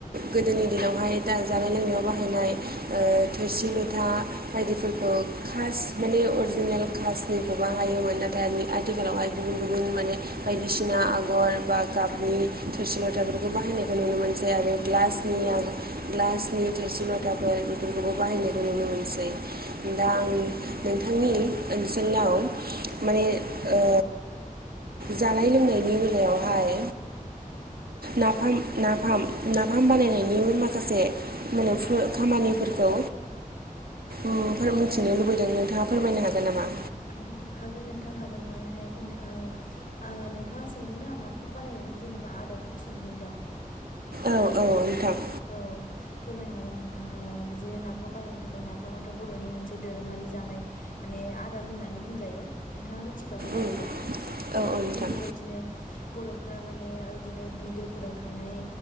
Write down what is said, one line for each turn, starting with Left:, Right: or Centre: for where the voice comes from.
Right: गोदोनि दिनावहाय दा जानाय लोंनायाव बाहायनाय ओ थोरसि लथा बायदिफोरखौ कास्ट माने अरिजिनेल कासटनिखौ बाहायोमोन नाथाय आथिखालावहाय गुबुन गुबुन माने बायदिसिना आगर बा गाबनि थोरसि लथाफोरखौ बाहायनायखौ नुनो मोनो। आरो ग्लासनि
Left: औ
Right: <unintelligible> ग्लासनि थोरसि लथाफोर बेफोरखौबो बाहायनायखौ नुनो मोनसै। दा आं नोंथांनि ओनसोलाव माने ओ जानाय लोंनायनि बेलायावहाय नाफाम नाफाम नाफाम बानायनायनिबो माखासे मोननैसो खामानिफोरखौ <unintelligible> मिथिनो लुबैदों नोंथाङा फोरमायनो हागोन नामा?
Left: उम हागोन नोंथां हागोन मानो हाया जानो ओ आ नोंथाङा सोंदों ना नाफाम बानायनायनि जेनेबा आदबखौ सोंदों दा?
Right: औ औ नोंथां।
Left: औ फोरमायनो हागोन नोंथां ओ बिदिनो नाफाम बायनो थाखाय नाफामाथ' बर'नि मोनसे दोरोङारि जानाय माने आदार होननानै बुंजायो। नोंथाङा मिथिखागौ जानांगौ‌।
Right: उम औ औ नोंथां
Left: बेफोरबायदिनो बर'फोरा माने इदिनो बिलोफोराव थांनानै